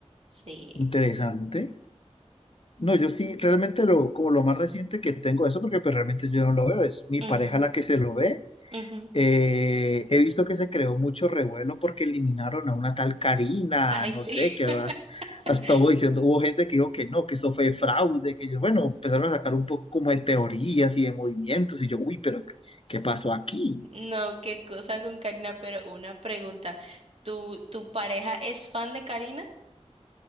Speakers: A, on the right (about 60°); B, on the left (about 55°).
A: Sí.
B: interesante. No, yo sí, realmente lo, como lo más reciente que tengo eso, porque pues realmente yo no lo veo, es mi
A: Ujú,
B: pareja la que se lo ve.
A: ujú.
B: Eh, he visto que se creó mucho revuelo porque eliminaron a una tal Karina,
A: Ay,
B: no
A: sí.
B: sé, que
A: <laughs>
B: vas, hasta hubo diciendo, hubo gente que dijo que no, que eso fue fraude, que yo, bueno, empezaron a sacar un poco como de teorías y de movimientos, y yo, uy, pero ¿qué pasó aquí?
A: No, qué cosa con Karina, pero una pregunta. ¿Tu, tu pareja es fan de Karina?